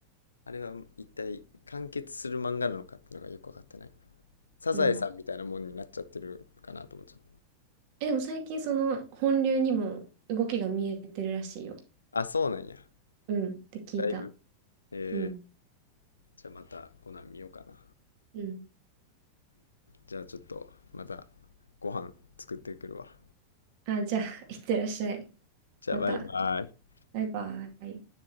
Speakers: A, on the left (about 75°); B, on the right (about 45°).
A: あれは一体完結する漫画なのかっていうのがよくわかってない。サザエさんみたいなもんになっちゃってるかなと思っちゃっ
B: うん。え、でも最近その本流にも動きが見えてるらしいよ。
A: た。あ、そうなんや。
B: うん。って聞いた。
A: だいぶ。えー、
B: うん。
A: じゃあまたコナン見ようかな。
B: うん。
A: じゃあちょっとまたご飯作ってくるわ。
B: あ、じゃあ、<laughs> いってらっしゃい。
A: じゃあバイバイ。
B: また。バイバイ。